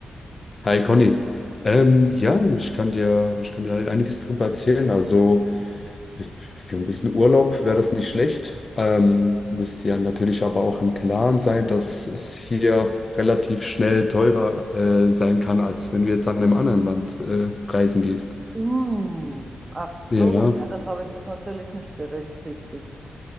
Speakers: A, on the left; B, on the right.
A: Hi Conny. Ähm, ja, ich kann dir, ich kann dir einiges drüber erzählen. Also für ein bisschen Urlaub wäre das nicht schlecht. Ähm, müsst ihr natürlich aber auch im Klaren sein, dass es hier relativ schnell teurer äh, sein kann, als wenn du jetzt an einem anderen Land äh, reisen gehst.
B: Uh, ach so,
A: Ja,
B: ja, das habe ich jetzt natürlich nicht berücksichtigt.